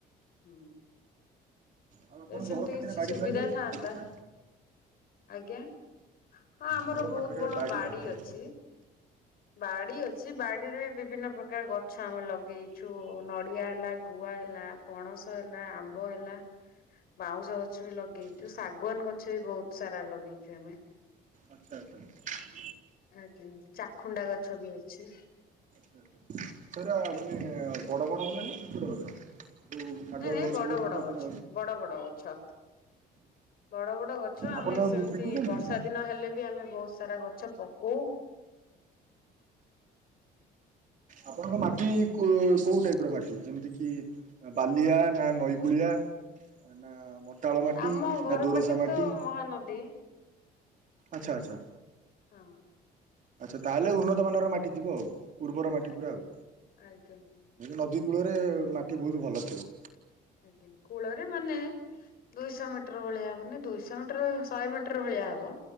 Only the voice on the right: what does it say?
ଆଉ ଆପଣଙ୍କ
ଘର ପାଖରେ
ବାଡ଼ି
ଫାଡ଼ି ଅଛି
ବଗିଚା
ଘର
ପାଖରେ
ବାଡ଼ି
ବଗିଚା
ଆଚ୍ଛା
ଆଚ୍ଛା ଆଚ୍ଛା।
ସେଟାମାନେ ବଡ ବଡ ହଲେଣିନା ଛୋଟ ଛୋଟ ଗଛ। ଯୋଉ ଶାଗୁଆନ
ଗଛ
ହଉ
କି ଜାମୁଣ୍ଡା
ଆପଣ ତାକୁ
ବି- ବିକୁଛନ୍ତି
ଆପଣଙ୍କ ମାଟି କୋଉ-କୋଉ ଟାଇପର ମାଟି ଯେମିତିକି ବାଲିଆ ନା ନଈ କୂଳିଆ? ନା ମଟାଳ ମାଟି
ନା ଦୋରସା
ମାଟି?
ଆଚ୍ଛା ଆଚ୍ଛା।
ଆଚ୍ଛା ତାହେଲେ ଉନ୍ନତମାନର ମାଟି ଥିବ ଆଉ। ଉର୍ବର ମାଟି
ପୁରା ଆଉ
ଯଦି ନଦୀ କୂଳରେ ମାଟି ବହୁତ ଭଲ ଥିବ।